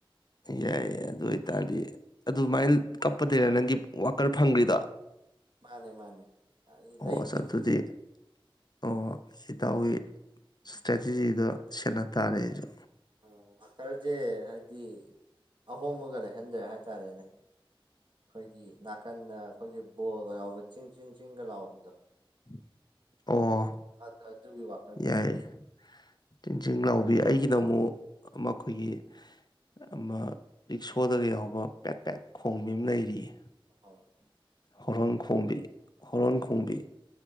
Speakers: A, on the left; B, on the right.
A: ꯌꯥꯏ ꯌꯥꯏ ꯑꯗꯨ ꯑꯣꯏ ꯇꯔꯗꯤ ꯑꯗꯨꯃꯥꯏꯅ ꯀꯞꯄꯗꯩꯔꯥ ꯅꯪꯒꯤ ꯋꯥꯀꯔ ꯐꯪꯈ꯭ꯔꯤꯗꯣ
B: ꯃꯥꯅꯦ ꯃꯥꯅꯦ
A: ꯑꯣ
B: ꯂꯩ
A: ꯑꯁ
B: ꯀꯨꯏꯗ꯭ꯔꯤꯌ‌ꯦ
A: ꯑꯗꯨꯗꯤ ꯑꯣ ꯏꯇꯥꯎꯒꯤ ꯏꯁꯇ꯭ꯔꯦꯇꯤꯖꯤꯗ‌ꯣ ꯁꯦꯟꯅ ꯇꯥꯔꯦ ꯑꯩꯖꯨ
B: ꯑꯣ ꯐꯥꯀ꯭ꯔꯖ‌ꯦ ꯍꯥꯏꯗꯤ ꯑꯍꯣꯡꯕꯒ ꯂꯩꯍꯟꯗ꯭ꯔ‌ꯦ ꯍꯥꯏꯇꯥꯔꯦꯅꯦ ꯑꯩꯈꯣꯏꯒꯤ ꯅꯥꯀꯟꯗ ꯑꯩꯈꯣꯏꯒꯤ ꯕꯣꯜꯒ ꯌꯥꯥꯎꯕ ꯆꯤꯡ ꯆꯤꯡ ꯆꯤꯡꯒ ꯂꯥꯎꯕꯤꯗꯣ
A: ꯑꯣ
B: ꯑꯠ ꯑ ꯇꯨꯒꯤ ꯋꯥ
A: ꯌꯥꯏꯌ‌ꯦ ꯆꯤꯡ ꯆꯤꯡ ꯂꯥꯎꯕꯤ ꯑꯩꯒꯤꯅ ꯑꯃꯨꯛ ꯑꯃ ꯈꯣꯏꯒꯤ ꯑꯃ ꯔꯤꯛꯁꯣꯗꯒ ꯌꯥꯎꯕ ꯄꯦꯠ ꯄꯦꯠ ꯈꯣꯡꯕꯤ ꯑꯃ ꯂꯩꯔꯤꯌꯦ
B: ꯍꯥꯎ
A: ꯍꯣꯔ‌ꯣꯟ ꯈꯣꯡꯕꯤ ꯍꯣꯔ‌ꯣꯟ ꯈꯣꯡꯕꯤ